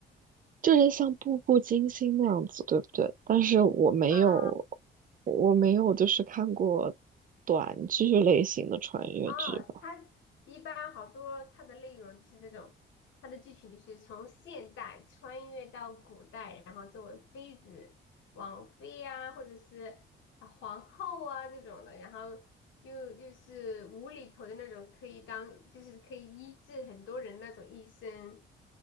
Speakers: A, on the right (about 45°); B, on the left (about 75°).
A: 就是像《步步惊心》那样子，对不对？但是我没有，
B: 啊
A: 我没有就是看过短剧类型的穿越剧吧。
B: 哦，它一般好多它的内容就是这种，它的剧情就是从现代穿越到古代，然后作为妃子、王妃呀、或者是啊皇后啊这种的，然后又又是无厘头的那种，可以当就是可以医治很多人那种医生，